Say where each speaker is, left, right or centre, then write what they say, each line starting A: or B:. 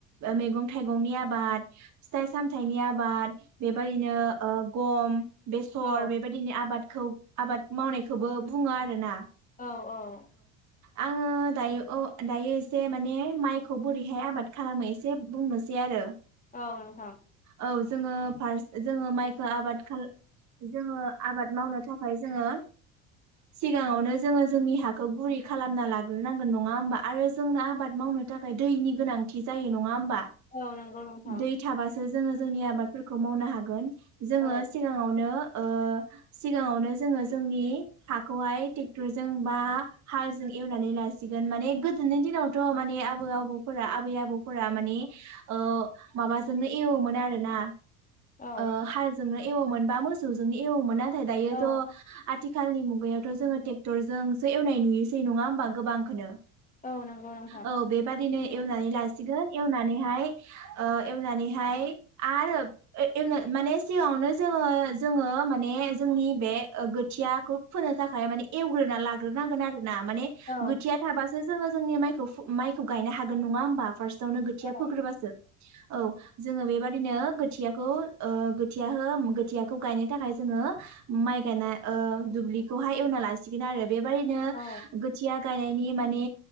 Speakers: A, on the right (about 45°); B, on the left (about 20°).
A: मैगं थाइगंनि आबाद, फिथाइ सामथाइनि आबाद, बेबायदिनो ओ गम बेसर
B: औ
A: बेबायदिनि आबाद खौ आबाद मावनायखौबो बुङो आरो ना।
B: औ औ।
A: आङो दायो औ दायो एसे माने माइखौ बोरैहाय आबाद खालामो एसे बुंनोसै आरो
B: औ नोंथां।
A: औ जोङो फार्स्ट जोङो माइखो आबाद खाल जोङो आबाद मावनो थाखाय जोङो सिगाङावनो जोङो जोंनि हा खौ गुरै खालामना लाग्रोनांगोन नङा होमबा आरो जोंनो आबाद मावनो थाखाय दैनि गोनांथि जायो नङा होमबा?
B: औ नंगौ नोंथां
A: दै थाबासो जोङो जोंनि आबादफोरखौ मावनो हागोन। जोङो
B: औ
A: सिगाङावनो ओ सिगाङावनो जोङो जोंनि हाखौहाय टेक्टरजों बा हालजों एवनानै लासिगोन माने गोदोनि दिनावथ' माने आबौ आबौफोरा आबै आबौफोरा मा ने ओ माबाजोंनो एवोमोन आरो ना
B: औ
A: ओ हालजोंनो एवोमोन बा मोसौजोंनो एवोमोन नाथाय दायोथ'
B: औ
A: आथिखालनि मुग यावथ' जोङो टेक्टरजोंसो एवनाय नुयोसै नङा होमबा गोबांखोनो
B: औ नंगौ नोंथां
A: औ बेबादिनो एवनानै लासिगोन एवनानैहाय ओ एवनानैहाय आरो <unintelligible> माने सिगावनो जोङो जोङो माने जोंनि बे गोथियाखौ फोनो थाखाय माने एवग्रोना ला ग्रोनांगोन आरोना माने
B: औ
A: गोथिया थाबो जोङो जों नि माइखौ गायनो हागोन नङा होमबा फार्स टयावनो गोथिया
B: औ
A: फोग्रोबासो औ जोङो बेबादिनो गोथियाखौ ओ गोथियाखौ गोथियाखौ गायनो थाखाय जोङो माइ गायना ओ बेखौ एवना लासिगोन आरो बेबायदिनो
B: औ
A: गोथिया गायनायनि माने